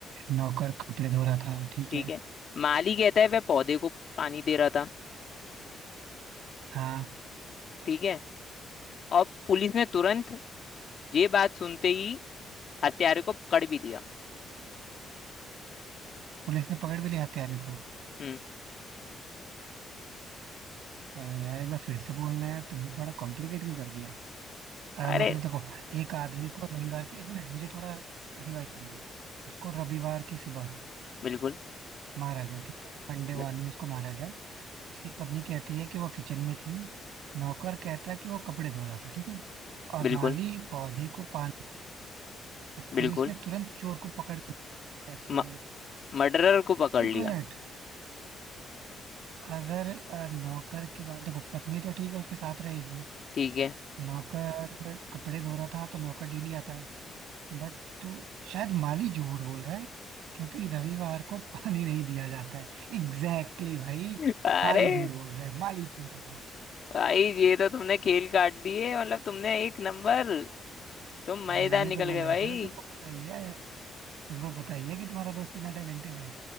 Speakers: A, on the right (about 90°); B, on the left (about 50°).
A: नौकर कपड़े धो रहा था ठीक
B: ठीक
A: है
B: है माली कहता है वह पौधे को पानी दे रहा था
A: हाँ
B: ठीक है और पुलिस ने तुरंत ये बात सुनते ही हत्यारे को पकड़ भी लिया
A: पुलिस ने पकड़ भी लिया हत्यारे को
B: हम्म
A: अ, यार एक बार फिर से बोलना है यार तुमने थोड़ा कॉम्प्लिकेट क्यों कर दिया अ,
B: अरे
A: मतलब देखो एक आदमी को रविवार के एक मिनट मुझे थोड़ा रिवाइज करने दो उसको रविवार की सुबह
B: बिल्कुल
A: मारा गया ठीक है मंडे मॉर्निंग
B: बि-
A: उसको मारा गया उसकी पत्नी कहती है कि वो किचन में थी नौकर कहता है कि वो कपड़े धो रहा था ठीक है और
B: बिल्कुल
A: माली पौधे को पानी अब
B: बिल्कुल
A: पुलिस ने तुरंत चोर को पकड़ भी लिया। कैसे
B: म, मर्डरर को पकड़
A: एक
B: लिया
A: मिनट अगर अ, नौकर की बात देखो पत्नी तो ठीक है उसके साथ रहेगी
B: ठीक है
A: नौकर कपड़े धो रहा था तो नौकर डेली आता है बट शायद माली झूठ बोल रहा है क्योंकि रविवार को पानी नहीं दिया जाता है एग्जैक्टली exactly भाई
B: <laughs> अरे
A: माली झूठ बोल रहा है माली झूठ बोल रहा
B: भाई ये तो तुमने खेल काट दिए मतलब तुमने एक नंबर तुम
A: है
B: मजेदार
A: मैंने
B: निकल
A: तो बोला
B: गए भाई
A: ही था तुमको पता ही है तुमको पता ही है कि तुम्हारा दोस्त कितना टैलेंटेड है